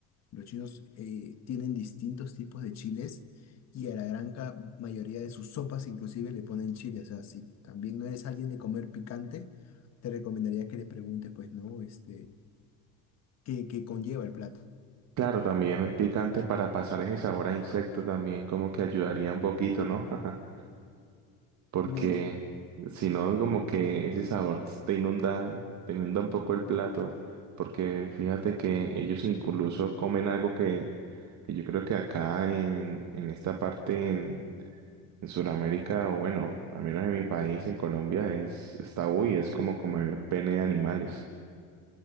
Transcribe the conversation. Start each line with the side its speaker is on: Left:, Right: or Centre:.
Left: Los chinos eh, tienen distintos tipos de chiles y a la gran ca- mayoría de sus sopas inclusive le ponen chile. O sea, si también no eres alguien de comer picante, te recomendaría que le preguntes, pues, ¿no? Este, ¿qué, qué conlleva el plato?
Right: Claro, también el picante para pasar ese sabor a insecto también como que ayudaría un poquito, ¿no? <laughs> porque
Left: Mira, yo
Right: si no, como que ese sabor te inunda, te inunda un poco el plato, porque fíjate que ellos incluso comen algo que, que yo creo que acá en, en esta parte, en, en Sudamérica, o bueno, al menos en mi país, en Colombia, es, es tabú y es como comer pene de animales.